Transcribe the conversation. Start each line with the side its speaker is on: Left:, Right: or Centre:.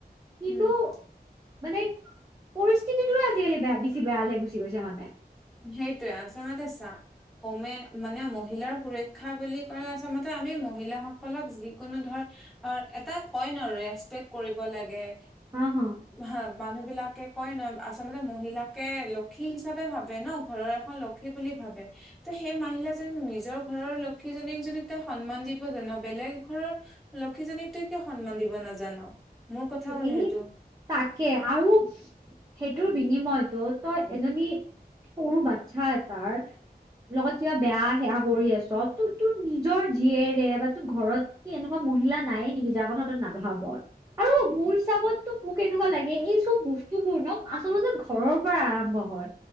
Right: কিন্তু
Centre: উম
Right: মানে পৰিস্থিতিটোৱে আজিকালি বেয়া বেছি বেয়া লৈ গুচি গৈছে মানে।
Centre: সেইটোৱে আচলতে চা উমেন মানে মহিলাৰ সুৰক্ষা বুলি ক'লে আচলতে আমি মহিলাসকলক যিকোনো ধৰ <unintelligible> এটা কৈ ন' ৰেচপেক্ট কৰিব লাগে।
Right: অ হ
Centre: হা মানুহ বিলাকে কয় ন আচলতে মহিলাকে লক্ষী হিচাপে ভাব ন ঘৰৰ এখন লক্ষী বুলি ভাবে। ত সেই মাহিলাজনী নিজৰ ঘৰৰ লক্ষ্মী জনি‌ যদি তই সন্মান দিব জান বেলেগ ঘৰৰ লক্ষীজনীক তই কিয় সন্মান দিব নাজান। মোৰ কথা হ'ল
Right: এই
Centre: সেইটো
Right: তাকে আৰু সেইটোৰ বিনিময়তটো তই এজনী সৰু বাচ্ছা এটাৰ লগত কিয় বেয়া সেৱা কৰি আছ তো তোৰ নিজৰ জীয়েৰে বা তোৰ ঘৰত কি এনেকুৱা মহিলা নায়ে নেকি যাৰ কথা তই নাভাব। আৰু মোৰ হিচাপতো মোক এনেকুৱা লাগে এই চব বস্তুবোৰ ন আচলতে ঘৰৰ পৰা আৰম্ভ হয়।